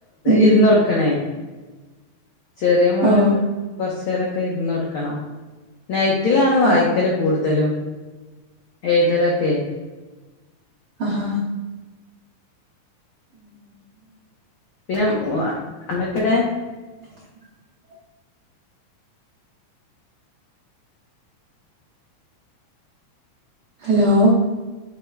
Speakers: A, on the right (about 70°); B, on the left (about 75°).
A: ഉം
B: ഇരുന്ന് കൊടുക്കണേ. ചെറിയ മോനും
A: ഓ
B: കുറച്ചേരൊക്കെ ഇരുന്ന് കൊടുക്കണം. നൈറ്റിലാണ് വായിക്കല്
A: ആ
B: കൂടുതലും. എഴുതലൊക്കെ.
A: അഹാ.
B: പിന്നെ ഓ നമ്മക്കിടെ
A: <inaudible> ഹലോ